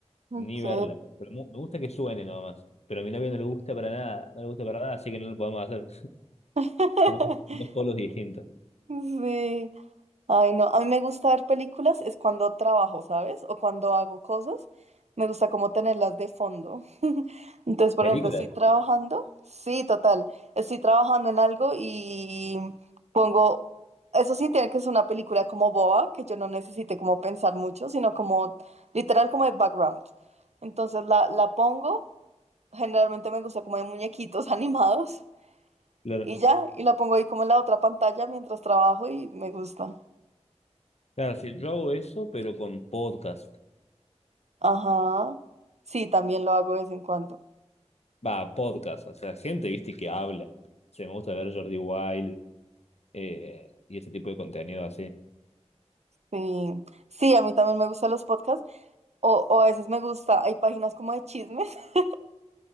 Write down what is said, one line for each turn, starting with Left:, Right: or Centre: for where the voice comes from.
Right: Ok.
Left: ni verla. Pero mu- me gusta que suene nada más. Pero a mi novio no le gusta para nada, no le gusta para nada, así que no lo podemos hacer.
Right: <laughs>
Left: Somos dos dos polos distintos.
Right: Sí. Ay, no, a mí me gusta ver películas, es cuando trabajo, ¿sabes? O cuando hago cosas, me gusta como tenerlas de fondo. <laughs> Entonces, por
Left: ¿Películas?
Right: ejemplo, estoy trabajando, sí, total, estoy trabajando en algo y pongo, eso sí, tiene que ser una película como boba, que yo no necesite como pensar mucho, sino como literal como de background. Entonces la, la pongo, generalmente me gusta como de muñequitos <laughs> animados
Left: Claro.
Right: y ya, y la pongo ahí como en la otra pantalla mientras trabajo y me gusta.
Left: Claro, sí, yo hago eso, pero con podcast.
Right: Ajá. Sí, también lo hago de vez en cuando.
Left: va, podcast, o sea, gente, viste, que habla. Se me gusta ver Jordi Wild eh, y ese tipo de contenido así.
Right: Sí. Sí, a mí también me gustan los podcasts. O, o a veces me gusta, hay páginas como de chismes <laughs>